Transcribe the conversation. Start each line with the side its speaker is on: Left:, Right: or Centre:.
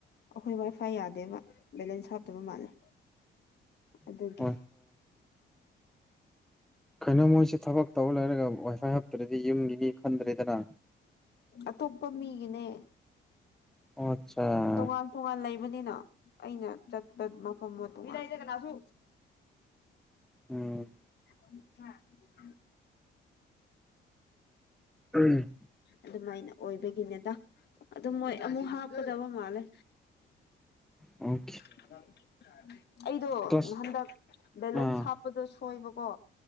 Left: ꯑꯈꯣꯏ ꯋꯥꯏ ꯐꯥꯏ ꯌꯥꯗꯦꯕ ꯕꯦꯂꯦꯟꯁ ꯍꯥꯞꯇꯕ ꯃꯥꯜꯂꯦ ꯑꯗꯨꯒꯤ
Centre: <unintelligible> ꯀꯩꯅꯣ ꯃꯣꯏꯁꯦ ꯊꯕꯛ ꯇꯧꯂꯩꯔꯒ ꯋꯥꯏꯐꯥꯏ ꯍꯥꯞꯇ꯭ꯔꯗꯤ ꯌꯨꯝꯒꯤ ꯃꯤ ꯈꯟꯗ꯭ꯔꯦꯗꯅ
Left: ꯑꯇꯣꯞꯄ ꯃꯤꯒꯤꯅꯦ
Centre: ꯑꯣ ꯑꯠꯆꯥ
Left: ꯇꯣꯉꯥꯟ ꯇꯣꯉꯥꯟ ꯂꯩ ꯕꯅꯤꯅ ꯑꯩꯅ ꯆꯠꯄ ꯃꯐꯝ <unintelligible> ꯂꯩꯇꯦ ꯀꯅꯥꯁꯨ
Centre: ꯎꯝ
Left: <unintelligible>
Centre: ꯎꯝ
Left: ꯑꯗꯨꯃꯥꯏꯅ ꯑꯣꯏꯕꯒꯤꯅꯦꯗ ꯑꯗꯨꯝ ꯃꯣꯏ ꯑꯃꯨꯛ ꯍꯥꯞꯀꯗꯕ ꯃꯥꯜꯂꯦ
Centre: ꯎꯝ
Left: <inaudible> ꯑꯩꯗꯣ
Centre: ꯀ꯭ꯂꯥꯁ
Left: ꯍꯟꯗꯛ ꯕꯦꯂꯦꯟꯁ
Centre: ꯑꯥ
Left: ꯍꯥꯞꯄꯗꯣ ꯁꯣꯏꯕꯀꯣ